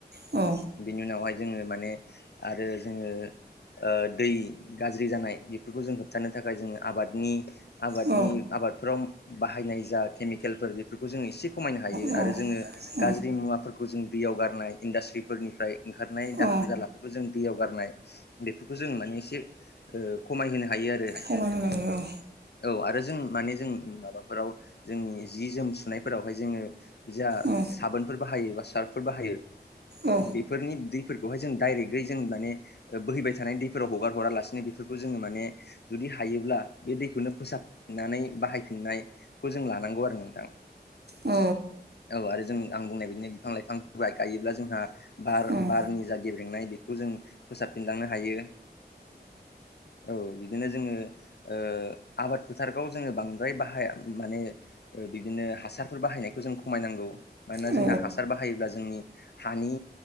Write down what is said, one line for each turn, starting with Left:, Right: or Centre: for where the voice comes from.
Right: औ
Left: बिनि उनावहाय जोङो माने आरो जोङो ओ दै गाज्रि जानाय बेफोरखौ जों होबथानो थाखाय जोङो आबादनि आबादनि
Right: औ
Left: आबादफोराव बाहायनाय जा केमिकेलफोर बेफोरखौ जो एसे खमायनो हायो
Right: औ
Left: आरो जोङो
Right: औ
Left: गाज्रि मुवाफोरखौ जों दैयाव गारनाय इन्डास्ट्रिफोरनिफ्राय ओंखारनाय
Right: औ
Left: दाखोर दालाफोरखौ जों दैयाव गारनाय बेफोरखौ जों माने एसे ओ खमायहोनो हायो आरो
Right: <unintelligible> नंऔ
Left: औ आरो जों माने जों माबाफोराव जोंनि जि जोम सुनायफोरावहाय जोङो जा
Right: औ
Left: साबोनफोर बाहायो बा सार्फफोर बाहायो
Right: औ
Left: बेफोरनि दैफोरखौहाय जों डाइरेक्टयै जों माने बोहैबाय थानाय दैफोराव हगार हरालासिनो बेफोरखौ जोङो माने जुदि हायोब्ला बे दैखौनो फोसाबफिननानै बाहायफिननायखौ जों लानांगौ आरो नोंथां
Right: अ
Left: औ आरो जों आं बुंनाय बिदिनो बिफां लाइफां गायोब्ला जोंहा बार
Right: उम
Left: बारनि जा गेब्रेंनाय बेखौ जों फोसाबफिनलांनो हायो औ बिदिनो जोङो ओ आबाद फोथारखौ जोङो बांद्राय बाहाया माने ओ बिदिनो हासारफोर बाहायनायखौ जों खमायनांगौ मानोना
Right: औ
Left: जोंहा हासार बाहायोब्ला जोंनि हानि